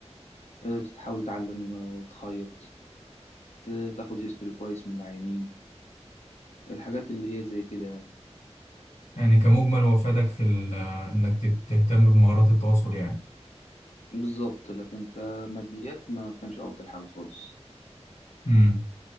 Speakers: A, on the left; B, on the left.
A: آه، بتحاول تتعلم آه، تخيط ت- تاخد هيستوري كويس من العيانين الحاجات اللي هي زي كده يعني.
B: يعني كمجمل وفادك في ال- انك تهتم بمهارات التواصل
A: بالظبط لكن كماديات ما كانش افضل حاجه خالص
B: يعني